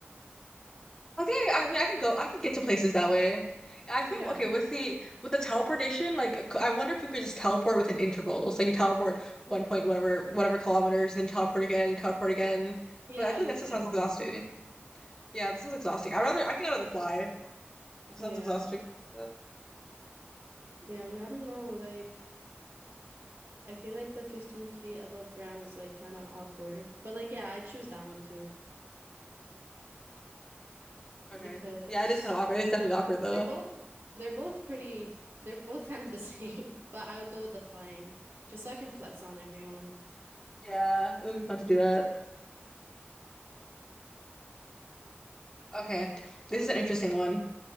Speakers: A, on the left (about 15°); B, on the right (about 70°).
A: I think I, I mean I could go. I could get to places that way. I think
B: Yeah.
A: okay with the with the teleportation. Like c- I wonder if you could just teleport within intervals. Like you teleport one point whatever whatever kilometers, then teleport again, you teleport again.
B: Yeah,
A: But I feel
B: you
A: like that
B: could.
A: still sounds exhausting.
B: Yeah.
A: Yeah, that sounds exhausting. I'd rather. I think I'd rather fly. It
B: Yeah.
A: sounds exhausting. to
B: Yeah, I mean, I don't know. Like, I feel like the 15 feet above ground is like kind of awkward. But like, yeah, I choose that one too
A: Okay.
B: because
A: Yeah, it is kind of awkward. It is definitely awkward though.
B: they're both they're both pretty they're both <laughs> kind of the <laughs> same, but I would go with the flying just so I can flex on everyone.
A: Yeah, it would be fun to do that. Okay, this is an interesting one.